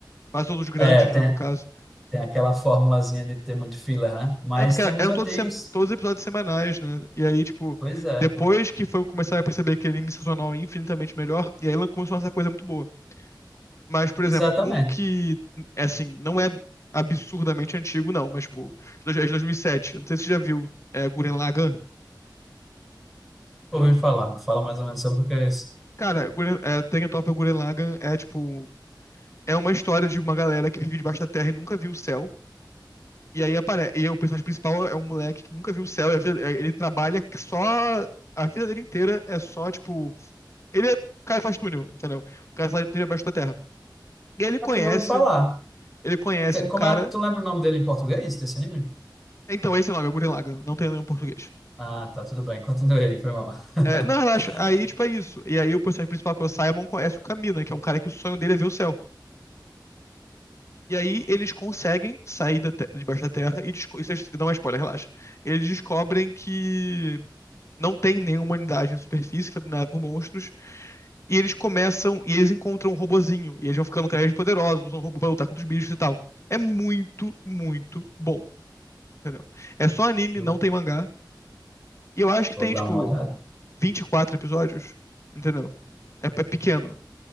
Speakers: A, on the left (about 35°); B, in the centre.
A: Quase todos os grandes,
B: É, tem.
A: né, no caso.
B: Tem aquela formulazinha de ter muito filler, né? Mas
A: É porque
B: tem os
A: eram
B: antigos.
A: todos, sem- todos episódios semanais, né? E aí, tipo,
B: Pois é,
A: depois
B: pô.
A: que foi começar a perceber que anime sazonal é infinitamente melhor, e aí ela começou a fazer coisa muito boa. Mas, por
B: Exatamente.
A: exemplo, um que, é assim, não é absurdamente antigo, não, mas, tipo, de dois- é de 2007. Não sei se você já viu, é Gurren Lagann.
B: Ouvi falar. Fala mais ou menos sobre o que é isso.
A: Cara, Gurren- é, Danganronpa Gurren Lagann é tipo. É uma história de uma galera que vive debaixo da terra e nunca viu o céu. E aí aparece. E o personagem principal é um moleque que nunca viu o céu. e a vida- é, Ele trabalha que só. A vida dele inteira é só, tipo. Ele é. O cara faz túnel, entendeu? O cara faz túnel abaixo da terra. E aí ele conhece.
B: Acho que não ouvi falar.
A: Ele conhece
B: Te- Como
A: um cara.
B: é... Tu lembra o nome dele em português, desse anime?
A: Então, esse é o nome, é Gurren Lagann. Não tem nenhum português.
B: Ah, tá, tudo bem. Continua aí, foi mal. <laughs>
A: É, não, relaxa. Aí, tipo, é isso. E aí o personagem principal, que é o Simon, conhece o Camina, que é um cara que o sonho dele é ver o céu. E aí eles conseguem sair da te- debaixo da terra e desco- isso é- não é spoiler, relaxa. Eles descobrem que não tem nenhuma humanidade na superfície, foi dominada por monstros, e eles começam e eles encontram um robozinho, e eles vão ficando cada vez poderosos, usam o robô pra lutar contra os bichos e tal. É muito, muito bom, entendeu? É só anime,
B: Eu
A: não tem mangá. E eu acho que
B: Vou
A: tem
B: dar
A: tipo
B: uma olhada.
A: 24 episódios, entendeu? É, é pequeno.